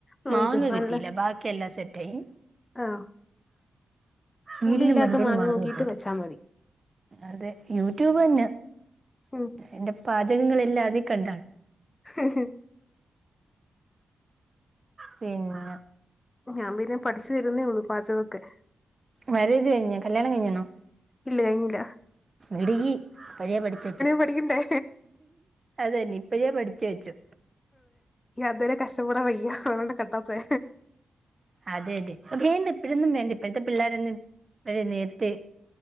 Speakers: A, on the left; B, on the right.
A: നോയിക്കോ
B: മാങ്ങ
A: നല്ല
B: കിട്ടീല ബാക്കി എല്ലാ സെറ്റയി.
A: ആഹ് പുള്ളി
B: വീടിന്
A: ഇല്ലാത്ത
B: മണ്ടേല്
A: മാങ്ങ നോക്കിട്ട്
B: നിപ്പുണ്ട്
A: വച്ചാ മതി.
B: അതെ യൂട്യൂബ് തന്നെ
A: ഉം
B: എന്റെ പാചകങ്ങളെല്ലാ അതി കണ്ടാണ്.
A: ഹ് ഹ്.
B: പിന്നെ.
A: ഞാൻ പിന്നെ പഠിച്ചു വരുന്നേ ഉള്ളൂ പാജഗോക്കെ.
B: മരേജ് കഴിഞ് കല്യാണം കഴിഞ്ണോ.
A: ഇല്ല ങ്ക.
B: എടീ പഴയേ പഠിച് വെചോ,
A: പഠിക്കണ്ടേ
B: അതന്നെ ഇപ്പഴേ പഠിച് വെചു.
A: അത് വരേ കഷ്ട്ട പെടാൻ വയ്യ അതോണ്ട കേട്ടാതെ.
B: അതെ അതെ വേണ്ട ഇപ്പോഴൊന്നും വേണ്ട ഇപ്പോഴത്തെ പിള്ളോരൊന്നും വ നേർത്തെ